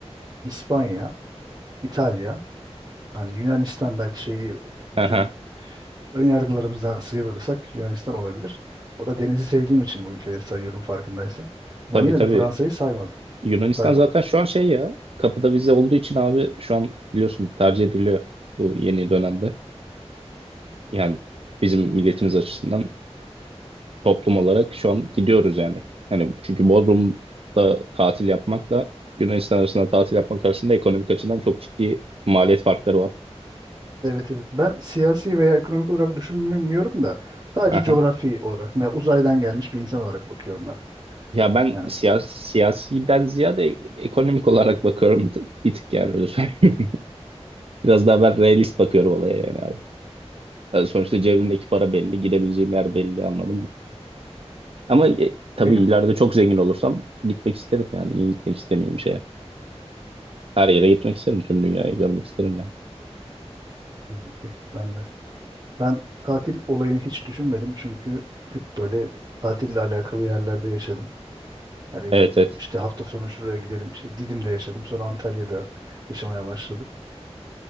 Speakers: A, on the right; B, on the right.
A: İspanya, İtalya, hani Yunanistan belki şeyi bütün
B: Aha.
A: ön yargılarımızdan sıyrılırsak Yunanistan olabilir. O da denizi sevdiğim için bu ülkeleri sayıyorum farkındaysan.
B: Tabii
A: Ama yine
B: tabii.
A: de Fransa'yı saymadım.
B: Yunanistan
A: Saymadım.
B: zaten şu an şey ya. Kapıda vize olduğu için abi şu an biliyorsun tercih ediliyor bu yeni dönemde. Yani bizim milletimiz açısından toplum olarak şu an gidiyoruz yani. Hani çünkü Bodrum'da tatil yapmakla Yunanistan arasında tatil yapmak arasında ekonomik açıdan çok ciddi maliyet farkları var.
A: Evet evet. Ben siyasi veya ekonomik olarak düşünmüyorum da sadece
B: Aha.
A: coğrafi olarak veya uzaydan gelmiş bir insan olarak bakıyorum ben.
B: Ya ben
A: Yani
B: siyasi, siyasiden ziyade ekonomik olarak bakıyorum bir tık, bir tık yani öyle söyleyeyim. <laughs> Biraz daha ben realist bakıyorum olaya yani abi. Yani sonuçta cebimdeki para belli, gidebileceğim yer belli anladın mı? Ama e, tabii
A: benim
B: ileride çok zengin olursam gitmek isterim yani. Niye gitmek istemiyorum bir şeye? Her yere gitmek isterim, tüm dünyayı görmek isterim yani.
A: tabii ki ben de. Ben tatil olayını hiç düşünmedim çünkü hep böyle tatille alakalı yerlerde yaşadım. Hani
B: Evet evet.
A: işte hafta sonu şuraya gidelim, işte Didim'de yaşadım, sonra Antalya'da yaşamaya başladım.